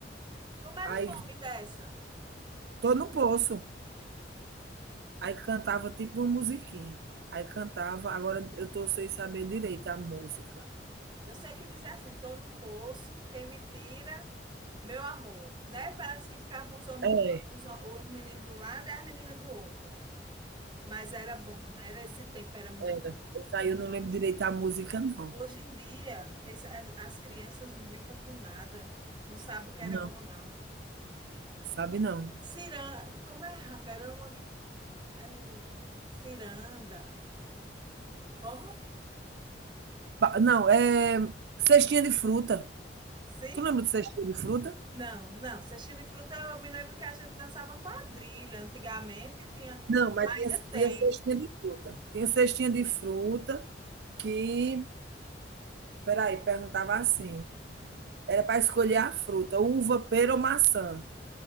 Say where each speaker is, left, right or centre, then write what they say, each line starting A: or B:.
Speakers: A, on the right; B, on the right.
A: Como era
B: aí
A: o nome dessa?
B: tô no poço. Aí cantava tipo uma musiquinha. Aí cantava, agora eu tô sem saber direito a música.
A: Eu sei que dizia assim, Tô no Poço, quem me tira, meu amor, né? Parece que ficavam os homens
B: É,
A: do, la- os, ho- os meninos do lado e as meninas do outro. Mas era bom, né? Era- Esse tempo era muito
B: era.
A: bom.
B: Essa aí eu não lembro direito a música, não.
A: Hoje em dia, es- as, as crianças não brincam com nada, não sabem o que
B: Não,
A: era bom, não.
B: sabe não.
A: Ciranda, como é, Racarama? Que, é, ciranda. Como?
B: Não, é cestinha de fruta.
A: Sim?
B: Tu lembra de cestinha de fruta?
A: Não, não. Cestinha de fruta, eu me lembro que a gente dançava quadrilha antigamente, tinha,
B: Não, mas
A: ainda
B: tinha
A: tem.
B: tinha cestinha de fruta. Tinha cestinha de fruta que peraí, perguntava assim, era para escolher a fruta, uva, pera ou maçã.